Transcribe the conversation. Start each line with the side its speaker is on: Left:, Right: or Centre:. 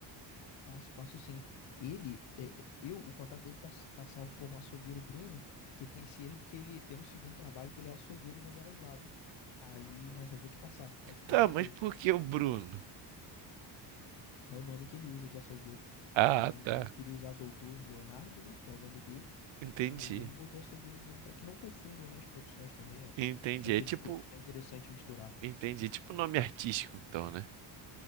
Left: Passo, passo sim. Ele, é, eu, o contato dele tá, tá salvo como açougueiro Bruno, que eu conheci ele porque ele tem um segundo trabalho que ele é açougueiro nas horas vagas. Aí, mas eu vou te passar, pode ficar
Right: Tá,
Left: tranquilo.
Right: mas por que o Bruno?
Left: É o nome que ele usa de açougueiro.
Right: Ah,
Left: Ele não, não
Right: tá.
Left: queria usar doutor Leonardo, né? Que é o nome dele.
Right: Entendi.
Left: Aí ele botou açougueiro Bruno para que não confundam, né, as profissões também. É,
Right: Entendi.
Left: é o tipo
Right: É tipo,
Left: de coisa que não é interessante misturar.
Right: entendi. É tipo nome artístico, então, né?